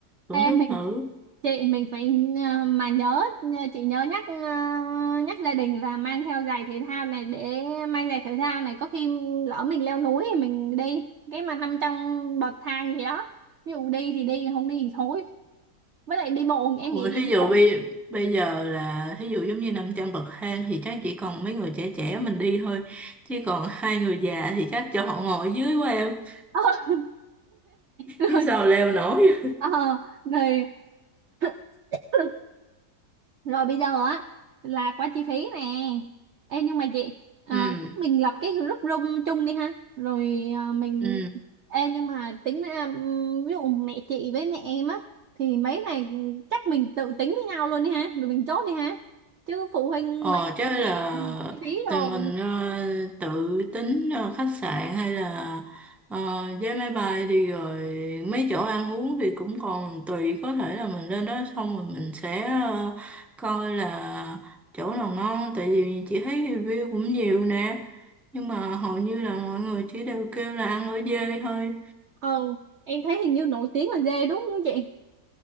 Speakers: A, in the centre; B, on the right (about 60°).
A: thưởng
B: Ê,
A: thức
B: mình
A: thử.
B: chị mình phải ờ, mà nhớ ờ, chị nhớ nhắc ờ, nhắc gia đình là mang theo giày thể thao này để mang giày thể thao này có khi lỡ mình leo núi thì mình đi cái mà nằm trong bậc thang gì đó ví dụ đi thì đi không đi thì thôi với lại đi bộ em
A: Ủa,
B: nghĩ
A: thí
B: là đi
A: dụ
B: bộ
A: bây bây giờ là thí dụ giống như 500 bậc thang thì chắc chỉ còn mấy người trẻ trẻ mình đi thôi chứ còn hai người già thì chắc cho họ ngồi dưới quá em
B: <laughs> rồi
A: chứ sao leo nổi
B: ờ, rồi <clears throat> <coughs> rồi bây giờ á là qua chi phí nè Ê nhưng mà chị ờ,
A: ừ
B: chắc mình lập cái group room chung đi ha rồi ờ, mình
A: ừ
B: Ê nhưng mà tính ra ừm, ví dụ mẹ chị với mẹ em á thì mấy này chắc mình tự tính với nhau luôn đi ha rồi mình chốt đi ha chứ phụ huynh
A: Ờ
B: mấy cái
A: chứ là
B: này chi phí đồ
A: tụi mình ờ, tự tính ờ, khách sạn hay là ờ, vé máy bay đi rồi mấy chỗ ăn uống thì cũng còn tùy có thể là mình lên đó xong rồi mình sẽ ờ, coi là chỗ nào ngon tại vì chị thấy review cũng nhiều nè nhưng mà hầu như là mọi người chỉ đều kêu là ăn ở dê thôi
B: ờ em thấy hình như nổi tiếng là dê đúng không chị